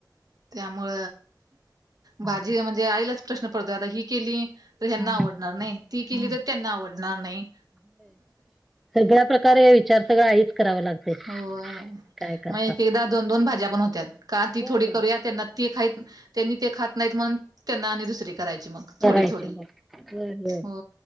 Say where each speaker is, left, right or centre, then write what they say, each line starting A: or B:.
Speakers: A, on the right; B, in the centre.
A: त्यामुं
B: हा.
A: भाजी म्हणजे आईलाच प्रश्न पडतोय आता ही केली तर ह्यांना
B: हा
A: आवडणार नाही ती
B: हा
A: केली तर त्यांना आवडणार नाही
B: सगळ्या प्रकारे विचार सगळं आईच कराव लागते
A: होय
B: काय करता
A: मग एक एकदा दोन दोन भाज्या पण होत्या का ती
B: होय
A: थोडी
B: होय
A: करून त्यांना ते खा त्यांनी ते खात नाहीत म्हण त्यांना दुसरी करायची मग थोडी
B: करायचे
A: थोडी
B: होय होय होय
A: हो